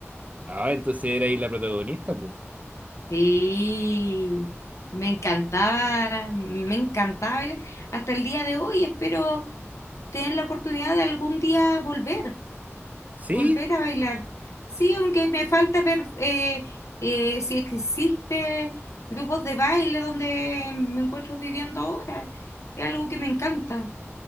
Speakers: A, on the right; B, on the left.
A: Ah, entonces era ahí la protagonista, pues.
B: Sí, me encantaba, me encantaba bailar. Hasta el día de hoy espero tener la oportunidad de algún día volver,
A: Sí,
B: volver a bailar.
A: sí,
B: Sí, aunque me falta ver eh, eh, si existe grupos de baile donde me encuentro viviendo ahora. Es algo que me encanta.